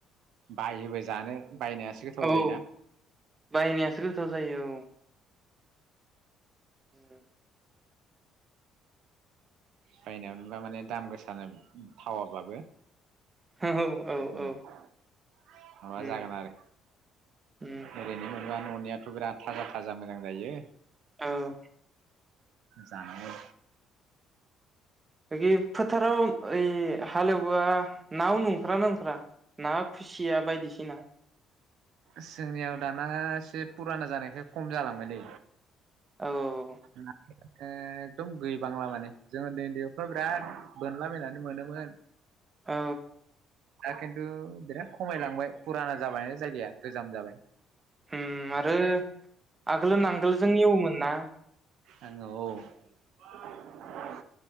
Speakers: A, on the right; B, on the right.
A: बायोबो जानो बायनायासो गोथाव
B: औ
A: जायोना
B: बायनायासो गोथाव जायो औ औ
A: बायनायावबा माने दाम गोसा होनो गोनां जायो
B: औ औ
A: थावाबाबो <inaudible>
B: औ
A: माबा
B: उम
A: जागोन आरो
B: उम
A: ओरैनो जेनेबा ननियाथ बिराद थाजा थाजा मोजां जायो।
B: औ
A: जानो
B: बै फोथाराव ओइ हालेवबा ना उनु ओंखारो ना ओंखारा ना खुसिया बायदिसिना
A: जोंनियाव दाना एसे फुराना जानायखाय खम जालांबायलै।
B: औ
A: ना। एकदम गैबांला माने जों उन्दै उन्दैफ्रा बिराद बोनलाबायनानै मोनोमोन।
B: औ।
A: दा खिन्थु बिराद खमायलांबाय फुराना जाबाय जायगाया गोजाम जाबाय।
B: उम आरो। आगोल नांगोलजों एवोमोन ना।
A: जोङो औ।